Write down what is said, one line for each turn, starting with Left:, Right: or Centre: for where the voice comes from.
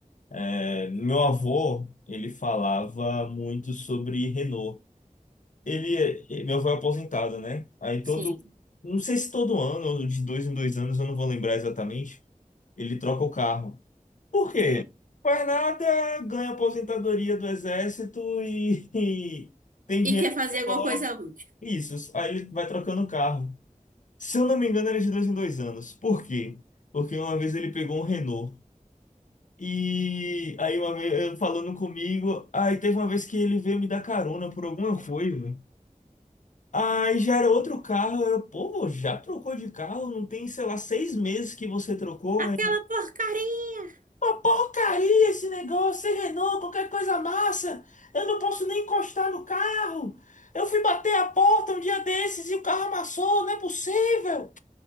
Left: É, meu avô, ele falava muito sobre Renault. Ele, ele- meu avô é aposentado, né? Aí todo.
Right: Sim,
Left: Não sei se todo ano, ou de dois em dois anos, eu não vou lembrar exatamente. Ele troca o carro. Por quê?
Right: sério.
Left: Faz nada, ganha aposentadoria do exército e, e
Right: E quer fazer alguma
Left: cobre
Right: coisa útil.
Left: isso. Aí ele vai trocando carro. Se eu não me engano, era de dois em dois anos. Por quê? Porque uma vez ele pegou um Renault. E aí uma vez eu falando comigo, aí teve uma vez que ele veio me dar carona por alguma coisa. Aí já era outro carro, eu, pô, já trocou de carro? Não tem, sei lá, seis meses que você trocou?
Right: Aquela
Left: Aí
Right: porcaria!
Left: Uma porcaria esse negócio, é Renault, qualquer coisa massa. Eu não posso nem encostar no carro. Eu fui bater a porta um dia desses e o carro amassou, não é possível.